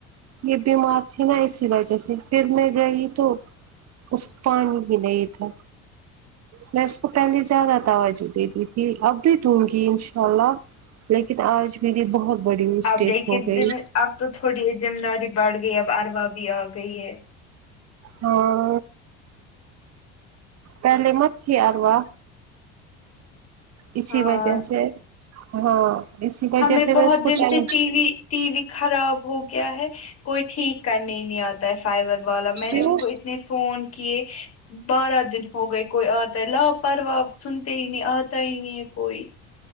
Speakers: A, on the right; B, on the left.
A: یہ بیمار تھی نا اسی وجہ سے پھر میں گئی تو اس پانی ہی نہیں تھا میں اس کو پہلے زیادہ توجہ دیتی تھی اب بھی دوں گی انشاء اللہ لیکن آج میری بہت بڑی مسٹیک
B: اب لیکن
A: ہو گئی
B: ذمہ اب تو تھوڑی یہ ذمہ داری بڑھ گئی اب اروا بھی آ گئی ہے
A: ہاں پہلے مٹی تھی اروا اسی
B: ہاں
A: وجہ سے ہاں اسی وجہ
B: ہمیں
A: سے میں
B: بہت
A: اس کو
B: دن
A: time
B: سے TV TV خراب ہو گیا ہے کوئی ٹھیک کرنے نہیں آتا ہے سائبر والا میں
A: کیوں
B: نے ان کو نے فون کیے بارہ دن ہو گئے کوئی آتا ہے لا پرروا سنتے ہی نہیں آتا ہی نہیں ہے کوئی